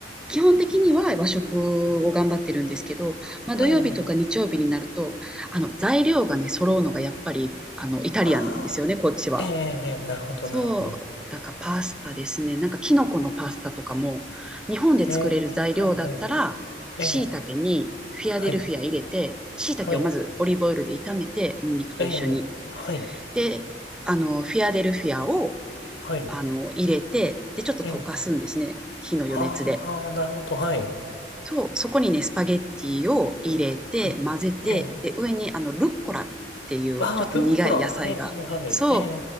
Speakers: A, in the centre; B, on the left.
A: 基本的には和食を頑張ってるんですけど、まあ、
B: ええ
A: 土曜日とか日曜日になると、あの材料がね、揃うのがやっぱりあのイタリアンなんですよね、
B: ああ、
A: こっちは。
B: ええええなるほどなるほど。
A: そう、だからパスタですね。なんかキノコのパスタとかも、日本で作れる材料だったら、
B: ええはいはい。ええ
A: 椎茸にフィアデルフィア入れて、
B: はい。
A: 椎茸をまずオリーブオイルで炒めて、
B: はい。
A: ニンニクと一緒に。
B: ええはい。
A: で、あの、フィアデルフィアを、
B: はい。
A: あの、入れて、で、ちょっと溶かすんですね。
B: ええ
A: 火の余熱で。
B: ああー、なるほど。はい。
A: そう、そこにね、スパゲッティを入れて、
B: はい。
A: 混ぜて、
B: ええ
A: で、上にあの、ルッコラっていう、
B: ああ、
A: ちょっと苦い野菜が。
B: ルッコラ。はいはいはい。
A: そう、
B: えええ